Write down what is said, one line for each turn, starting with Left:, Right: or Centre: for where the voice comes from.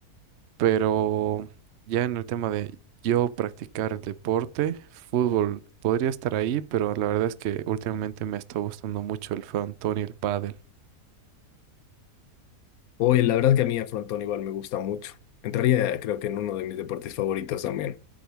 Right: pero ya en el tema de yo practicar el deporte, fútbol podría estar ahí, pero la verdad es que últimamente me está gustando mucho el frontón y el pádel.
Left: Oye, la verdad que a mí a frontón igual me gusta mucho. Entraría, creo que en uno de mis deportes favoritos también.